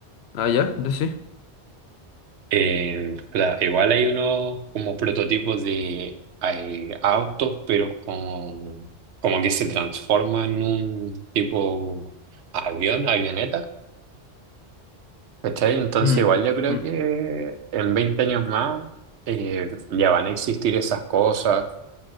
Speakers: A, on the left; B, on the right.
A: ah, ya, yo sí.
B: Eh, cla- igual hay unos como prototipos de hay autos, pero con, como que se transforma en un tipo avión, avioneta, ¿cachai? Entonces
A: Mm,
B: igual yo creo
A: mm,
B: que en 20 años más eh, ya van a existir esas cosas,